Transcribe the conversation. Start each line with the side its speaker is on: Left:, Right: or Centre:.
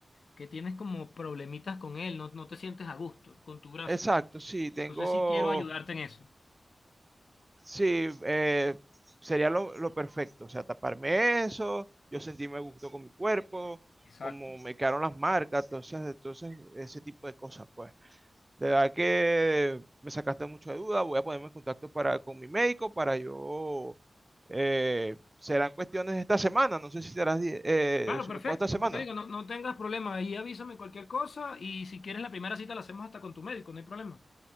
Left: que tienes como problemitas con él, no, no te sientes a gusto con tu brazo.
Right: Exacto, sí, tengo...
Left: Entonces sí quiero ayudarte en eso.
Right: Sí, eh, sería lo, lo perfecto. O sea, taparme eso, yo sentirme a gusto con mi cuerpo,
Left: Exacto.
Right: como me quedaron las marcas, entonces, entonces ese tipo de cosas, pues. De verdad que me sacaste mucho de duda, voy a ponerme en contacto para, con mi médico para yo... eh, serán cuestiones de esta semana, no sé si serás eh,
Left: Claro,
Right: desocupado
Left: perfecto.
Right: esta semana.
Left: Como te digo, no, no tengas problema. Ahí avísame cualquier cosa y si quieres la primera cita la hacemos hasta con tu médico, no hay problema.